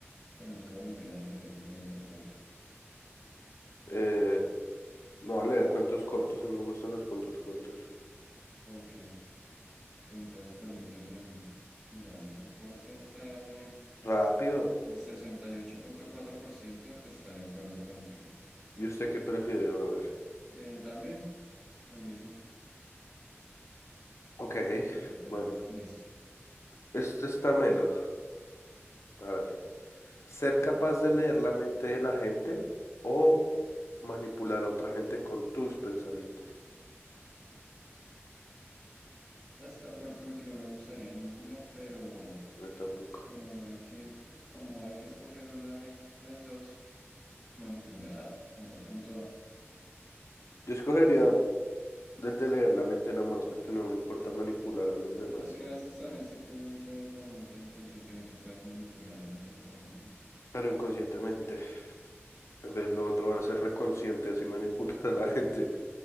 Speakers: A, in the centre; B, on the left.
A: ¿O nunca volver a leer un cuento corto?
B: Eh, no, leer cuentos cortos, a mí me gustan los cuentos cortos.
A: Ok. Entonces, permíteme, miramos el porcentaje.
B: Rápido.
A: El sesenta y ocho punto cuatro por ciento está de acuerdo contigo.
B: ¿Y usted qué prefiere, brother?
A: Eh, también, lo mismo.
B: Ok,
A: Sí, total.
B: bueno,
A: Listo.
B: este está melo. A ver, ¿ser capaz de leer la mente de la gente o manipular a otra gente con tus pensamientos.
A: Mm. Ah, Está fuerte porque no me gustaría ninguna, pero
B: Yo tampoco.
A: es como no hay que esco- como hay que escoger una de las dos, manipular, me voy con toda.
B: Yo escogería el de leer la mente nomás porque no me importa manipular a los demás,
A: Pero es que a veces también si tú lees la mente inconscientemente puedes manipular a las personas, ¿no?
B: pero inconscientemente. En vez lo otro va a ser reconsciente, así <laughs> manipular a la gente